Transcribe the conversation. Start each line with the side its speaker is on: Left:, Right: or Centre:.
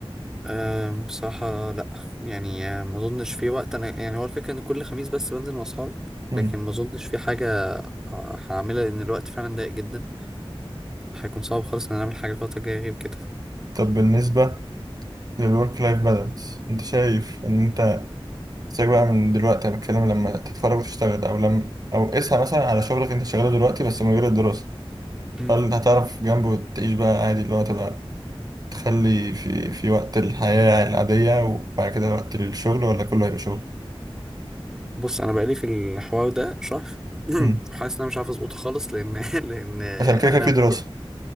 Centre: أم بصراحة لأ يعني أم، ما أظنش في وقت أنا يعني هو الفكرة إن كل خميس بس بنزل مع أصحابي
Right: امم
Centre: لكن ما أظنش في حاجة هعملها لان الوقت فعلا ضيق جدا هيكون صعب خالص ان انا اعمل حاجه الفتره الجايه غير كده
Right: طب بالنسبة للورك لايف بالانس انت شايف ان انت ازاي بقى من دلوقتي انا بتكلم لما تتخرج وتشتغل او لما او قيسها مثلا على شغلك انت شغاله دلوقتي بس من غير الدراسة
Centre: امم
Right: هل هتعرف جنبه تعيش بقى عادي اللي هو تبقى تخلي في في وقت الحياة العادية وبعد كده وقت الشغل ولا كله هيبقى شغل
Centre: بص انا بقالي في الحوار ده شهر <clears throat>
Right: مم.
Centre: حاسس ان انا مش عارف اظبطه خالص لان <laughs> لان
Right: عشان كده
Centre: انا
Right: كده في
Centre: ممكن
Right: دراسة